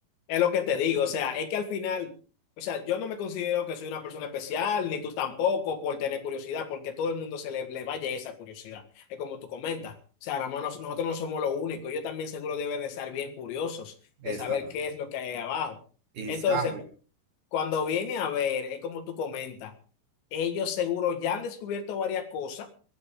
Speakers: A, on the left; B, on the right.
A: Es lo que te digo, o sea, es que al final, o sea, yo no me considero que soy una persona especial, ni tú tampoco, por tener curiosidad, porque todo el mundo se le, le vaya esa curiosidad. Es como tú comentas, o sea, nada más nos- nosotros no somos los únicos, ellos también seguro deben de estar bien curiosos
B: Exacto.
A: de saber qué es lo que hay ahí abajo.
B: Y
A: Entonces,
B: sabe.
A: cuando viene a ver, es como tú comentas, ellos seguro ya han descubierto varias cosas